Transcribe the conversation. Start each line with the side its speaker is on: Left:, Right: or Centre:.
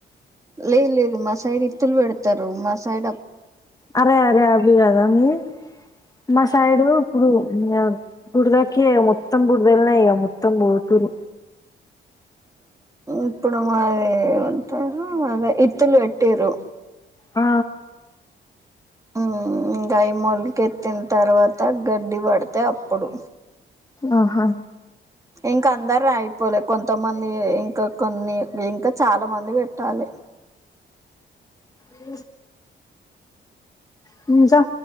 Right: లేదు లేదు మా సైడ్ ఇత్తులు బెడతరు మా సైడ
Left: అరే అరే అబ్లి గదా మీ మా సైడు ఇప్పుడు బుడ్దకి మొత్తం బుడ్దల్నే ఇగ మొత్తం బోతుర్రు
Right: ఇప్పుడు మాది అంటారు అదే ఇత్తులు పెట్టిర్రు
Left: ఆ
Right: ఉ గైమూలుకు ఎత్తిన తర్వాత గడ్డి పడితే అప్పుడు
Left: ఆహా
Right: ఇంకా అందరది అయిపోలే కొంతమంది ఏ ఇంకా కొన్ని ఇంకా చాలా మంది పెట్టాలి
Left: ఇ హింజా